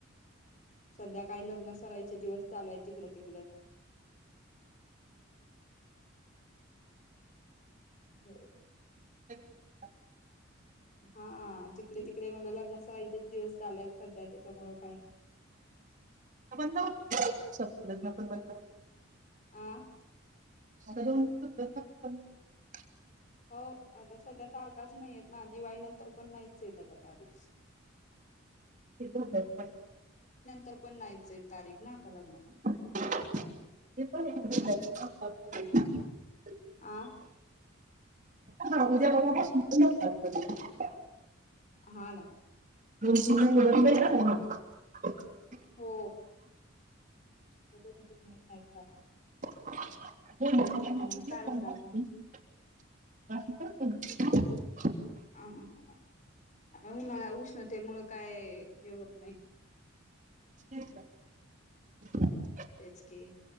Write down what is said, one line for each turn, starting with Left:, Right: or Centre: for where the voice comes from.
Left: सध्या काय लग्न सराईचे दिवस चालू आहे जिकडं तिकडं हं
Right: <inaudible>
Left: हा जिकडे तिकडे म्हण लग्न सराईचेच दिवस चाललेय सध्या त्याच्यामुळं काय
Right: बंद हो लग्न पण बंद हो
Left: आ
Right: हॅलो <inaudible> <unintelligible>
Left: हो आता सध्या तारखाच नहीयेत ना दिवाळी नंतर पण नाहीचेत आता तारीख
Right: <unintelligible>
Left: तर पण नाहीचये तारीख ना आता लग्न
Right: <unintelligible> <inaudible>
Left: आ
Right: जरा उजेड हो
Left: हा ना
Right: ओ <unintelligible>
Left: हो ह्या दोन तीन महिने <unintelligible>
Right: <inaudible>
Left: मग काय
Right: <unintelligible>
Left: म्हणता अजून?
Right: <inaudible>
Left: <unintelligible> आणि ना उष्णतेमुळे त्यामुळे काय हे होत नाही
Right: <unintelligible>
Left: तेच की